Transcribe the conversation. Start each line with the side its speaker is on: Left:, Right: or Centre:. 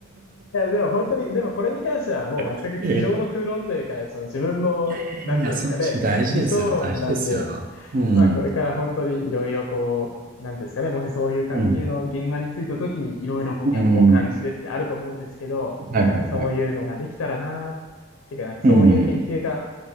Left: いや、でも本当に、でもこれに関してはもう全く机上の空論というか、
Right: <laughs> ええ、
Left: その自分の、
Right: いやいやいやいや、
Left: なんていうんですかね、
Right: その意識大事ですよ。
Left: 理想論なんで、
Right: 大事ですよ。うん。
Left: まあ、これから本当にいろいろこう、なんていうんですかね、もしそういう関係の現場についた時にいろいろこうギャップを感じてってあると思うんですけど、
Right: うん。うん。はいはいはい。
Left: まあ、なんかそういうのができたらなーっていうか、なんかそういう研究が、
Right: うん。